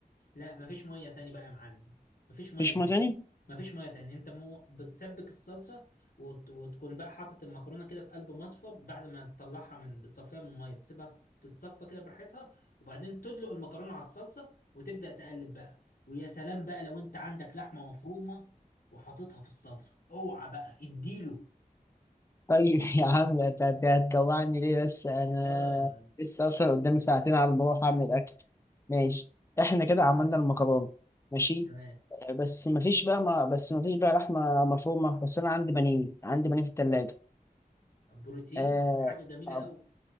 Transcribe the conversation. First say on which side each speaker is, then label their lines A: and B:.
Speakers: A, on the left; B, on the left.
A: لا مفيش ميه تاني بقى يا معلم مفيش ميه
B: مفيش
A: تاني
B: ميه تاني
A: مفيش ميه تاني انت مو بتسبك الصلصه وت... وتكون بقى حاطط المكرونه كده في قلب مصفى بعد ما تطلعها من بتصفيها من الميه تسيبها في... تتصفى كده براحتها وبعدين تدلق المكرونه على الصلصه وتبدا تقلب بقى ويا سلام بقى لو انت عندك لحمه مفرومه وحاططها في الصلصه اوعى بقى اديله
B: طيب يا عم هت- هت- هتجوعني ليه بس انا
A: اه
B: لسه اصلا قدامي ساعتين على ما اروح اعمل الاكل ماشي احنا كده عملنا المكرونه ماشي
A: تمام
B: آه، بس مفيش بقى ما بس مفيش بقى لحمه مفرومه بس انا عندي بانيه عندي بانيه في التلاجة
A: بروتين
B: اه
A: حاجه جميله
B: آه،
A: قوي